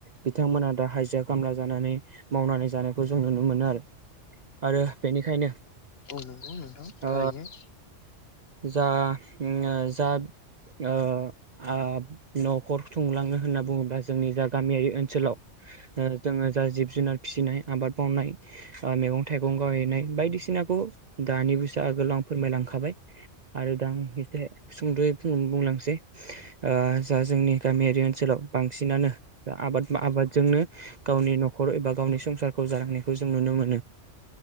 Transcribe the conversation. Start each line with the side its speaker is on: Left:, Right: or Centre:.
Right: बिथांमोना दा हायजिर खामला जानानै मावनानै जानायखौ जों नुनो मोनो आरो आरो बेनिखायनो
Left: औ नंगौ नोंथां थारैनो।
Right: ओ जा ओंङो जा ओ आब नखर खुंलांनो होनना बुङोब्ला जोंनि जा ग गामियारि ओन सोलाव ओ जोङो जा जिब जुनार फिसिनाय आबाद मावनाय ओ मैगं थाइगं गावहैनाय बायदिसिनाखौ दानि बोसो आगोलाव आं फोरमायलांखाबाय आरो दां एसे सुंदयै बुंलांसै ओ जा जोंनि गामियारि ओनसोलाव बांसिनानो आबाद आबादजोंनो गावनि नखर एबा गावनि संसारखौ जालांनायखौ जों नुनो मोनो।